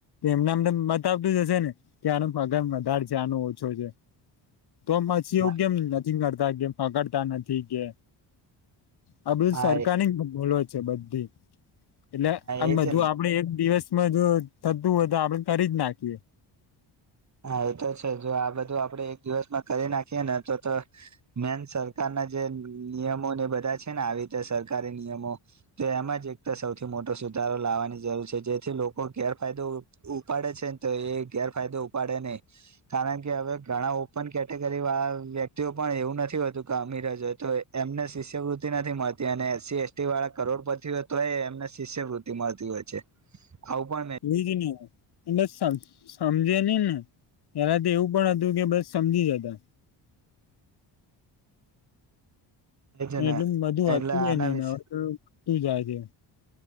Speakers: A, on the left; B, on the right.
A: એમને અમ તો મત આવતું જશે ને કે આનો પગાર વધારે છે આનો ઓછો છે તો પછી
B: હા
A: એવું કેમ નથી કરતા કેમ પકડતા નથી કે આ બધું
B: હા
A: સરકારની જ ભોલો છે બધી એટલે આ
B: એજ
A: બધુ
B: ને
A: આપડે એક દિવસ જો થતું હોય તો આપડે કરી જ નાખીએ
B: હા એતો છે જો આ બધું આપડે એક દિવસમાં કરી નાખીએ ને તો તો મેન સર કારના જે નિયમો ને બધા છે ને આવી રીતે સરકારી નિયમો તો એમાં જ એક તો સૌથી મોટ મોટો સુધારો લાવવાની જરૂર છે જેથી લોકો ગેરફાયદો ઉપાડે છે ને તો એ ગેરફાયદો પડે નહી કારણ કે હવે ઘણા ઓપન કેટેગરી વાળા વ્યક્તિઓ પણ એવું નથી હોતું કે અ મીર જ હોય તો એમને શિષ્યવૃતિ નથી મળતી અને એ એસટી વાળા કરોડ પતિ તો એમને વૃતી મળતી હોય છે. આવું પણ
A: એજ ને એ સમજે નહી ને ત્યારે તો એવું પણ હતું કે બસ સમજી જતા
B: મે છે
A: એટલું
B: ને
A: બધું
B: એટલે
A: હતું
B: આના
A: એ નને
B: વિશે
A: હવે તો તું જોજે